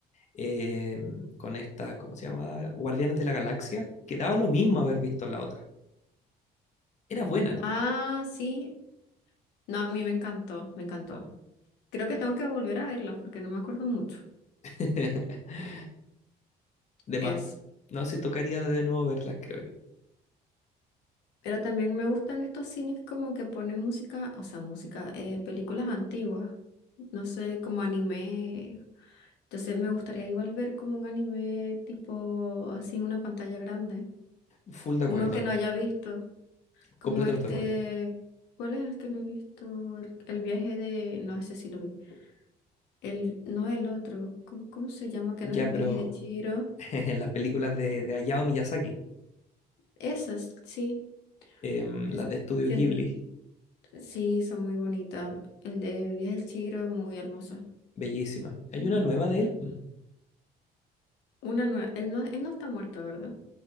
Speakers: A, on the left; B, on the left.
A: eh, con esta, ¿cómo se llama? Guardianes de la Galaxia, que daba lo mismo haber visto la otra. Era buena nomás.
B: Ah, sí. No, a mí me encantó, me encantó. Creo que tengo que volver a verla porque no me acuerdo mucho.
A: <laughs> De más.
B: Es.
A: No sé si tocaría de nuevo verlas, creo yo.
B: Pero también me gustan estos cines como que ponen música, o sea, música, eh, películas antiguas. No sé, como anime. Entonces me gustaría igual ver como un anime tipo así en una pantalla grande.
A: Full de
B: Uno
A: acuerdo.
B: que no haya visto. Como
A: Completamente
B: este,
A: de acuerdo.
B: ¿cuál es el que no he visto? El, el viaje de, no sé si lo vi. El, no el otro, ¿cómo, cómo se llama? Que
A: Ya,
B: no es el viaje
A: pero
B: de Chihiro.
A: <laughs> las películas de, de Hayao Miyazaki,
B: Esas, sí.
A: em,
B: Es-
A: las de Estudio
B: sí,
A: Ghibli.
B: sí, son muy bonitas. El de viaje de Chihiro es muy hermoso.
A: Bellísima. ¿Hay
B: Mm.
A: una nueva de él? Mm,
B: Una nueva, él no, él no está muerto, ¿verdad?